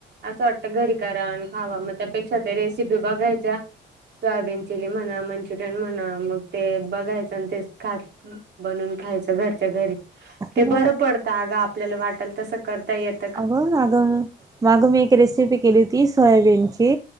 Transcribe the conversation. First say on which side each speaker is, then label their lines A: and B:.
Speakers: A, on the right; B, on the right.
A: असं वाटतं घरी करा आणि खावा मग त्यापेक्षा ते रेसिपी बघायच्या सोयाबीन चिली म्हणा मंचुरियन म्हणा मग ते बघायचं आणि ते खात बनून खायचं घरच्या घरी ते
B: ह ना
A: बरं पडत अगा आपल्याला वाटल तसं करता येत
B: अगं मागं मागं मी एक रेसिपी केली होती सोयाबीनची